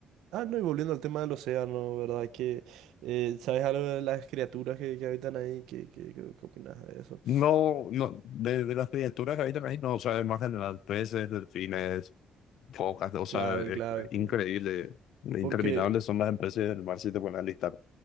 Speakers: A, on the right; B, on the left.
A: Ah, no, y volviendo al tema del océano, ¿verdad? Que, eh, ¿sabes algo de las criaturas que, que habitan ahí? ¿Qué, qué, qué- qué opinas de eso?
B: No, no, de, de las criaturas que habitan ahí, no, o sea, más general, peces, delfines, focas, o sea,
A: Claro,
B: es
A: claro, claro.
B: increíble, interminables
A: Porque
B: son las especies del mar si te pones a listar.